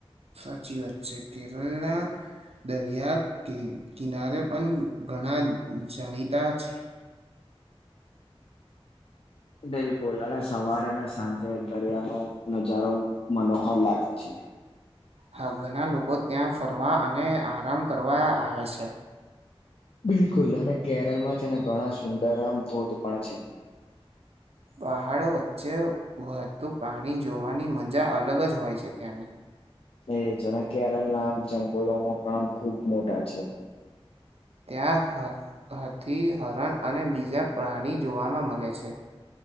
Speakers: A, on the right; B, on the left.
A: સાચી વાત છે, કેરલના દરિયા કિ કિનારે પણ ઘણા જાણીતા છે.
B: બિલકુલ અને સવારે અને સાંજે દરિયાનો નજારો મનોહર લાગે છે.
A: હા, ઘણા લોકો ત્યાં ફરવા અને આરામ કરવા આવે છે.
B: બિલકુલ અને કેરલમાં છે ને ઘણા સુંદર આમ ધોધ પણ છે.
A: પહાડો વચ્ચે વધુ પાણી જોવાની મજા અલગ જ હોય છે ત્યાંની.
B: એ જના કેરળ ના આમ જંગલોમાં પણ આમ ખુબ મોટા છે.
A: ત્યાં હથી હાથી હરણ અને બીજા પ્રાણી જોવામાં મળે છે.